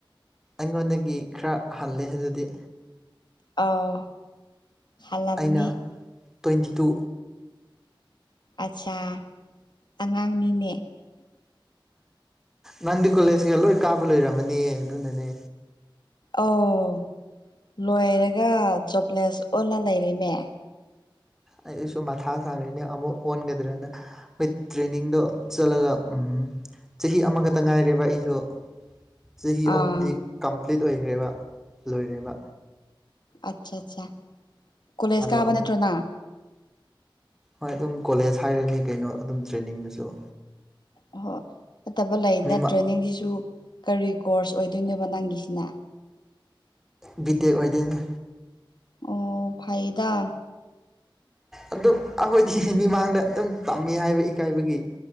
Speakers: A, in the centre; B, on the left.
A: ꯑꯩꯉꯣꯟꯗꯒꯤ ꯈꯔ ꯍꯜꯂꯦ ꯑꯗꯨꯗꯤ
B: ꯑꯧ ꯍꯜꯂꯝꯅꯤ
A: ꯑꯩꯅ ꯇ꯭ꯋꯦꯟꯇꯤ ꯇꯨ
B: ꯑꯠꯆꯥꯥ ꯑꯉꯥꯡꯅꯤꯅꯦ
A: ꯅꯥꯟꯗꯤ ꯀꯣꯂꯦꯖꯒ ꯂꯣꯏ ꯀꯥꯕ ꯂꯩꯣꯏꯔꯝꯃꯅꯤ ꯑꯗꯨꯅꯅꯦ
B: ꯑꯧ ꯂꯣꯏꯔꯒ ꯖꯣꯕꯂꯦꯁ ꯑꯣꯜꯂ ꯂꯩꯔꯦꯅꯦ
A: ꯑꯩꯁꯨ ꯃꯊꯥ ꯁꯥꯔꯤꯅꯦ ꯑꯃꯨꯛ ꯑꯣꯟꯒꯗ꯭ꯔꯦꯅ ꯍꯣꯏ ꯇ꯭ꯔꯦꯅꯤꯡꯗꯣ ꯆꯠꯂꯒ ꯆꯍꯤ ꯑꯃꯈꯛꯇ ꯉꯥꯏꯔꯦꯕ ꯑꯩꯁꯨ ꯆꯍꯤ
B: ꯑꯥ
A: ꯑꯍꯨꯝꯗꯤ ꯀꯝꯄ꯭ꯂꯤꯠ ꯑꯣꯏꯈ꯭ꯔꯦꯕ ꯂꯣꯏꯔꯦꯕ
B: ꯑꯠ ꯆꯥ ꯆꯥ ꯀꯣꯂꯦꯖ
A: ꯑꯗꯣ
B: ꯀꯥꯕ
A: ꯑꯃꯨꯛ
B: ꯅꯠꯇ꯭ꯔꯣ ꯅ
A: ꯍꯣꯏ ꯑꯗꯨꯝ ꯀꯣꯂꯦꯖ ꯍꯥꯏꯔꯅꯤ ꯀꯩꯅꯣ ꯑꯗꯨꯝ ꯇ꯭ꯔꯦꯅꯤꯡꯗꯨꯁꯨ
B: ꯑꯣꯍꯣꯏ ꯐꯠꯇꯕ ꯂꯩꯅ
A: ꯃꯤꯃ
B: ꯇ꯭ꯔꯦꯅꯤꯡꯁꯤꯁꯨ ꯀꯔꯤ ꯀꯣꯔꯁ ꯑꯣꯏꯗꯣꯏꯅꯣꯕ ꯅꯪꯒꯤꯁꯤꯅ
A: ꯕꯤ ꯇꯦꯛ ꯑꯣꯏꯗꯣꯏꯅꯤ
B: ꯑꯣ ꯐꯥꯏꯗ
A: ꯑꯗꯨꯝ ꯑꯩꯈꯣꯏꯗꯤ ꯃꯤꯃꯥꯡꯗ ꯑꯗꯨꯝ ꯇꯝꯃꯤ ꯍꯥꯏꯕ ꯏꯀꯥꯏꯕꯒꯤ